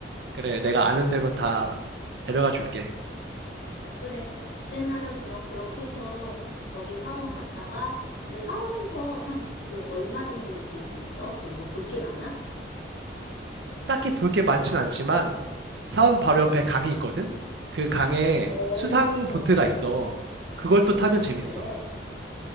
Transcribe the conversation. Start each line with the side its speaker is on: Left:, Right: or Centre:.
Right: 그래, 내가 아는 대로 다 데려가 줄게.
Left: 그래. 둘째 날은 그럼 그렇게 해서 거기 사원 갔다가, 근데 사원에서 한, 그 얼마 정도 볼 수 있어? 뭐 볼 게 많아?
Right: 딱히 볼 게 많진 않지만, 사원 바로 옆에
Left: 응,
Right: 강이 있거든? 그 강에
Left: 어,
Right: 수상 보트가 있어. 그걸 또 타면
Left: 아,
Right: 재밌어.
Left: 그래.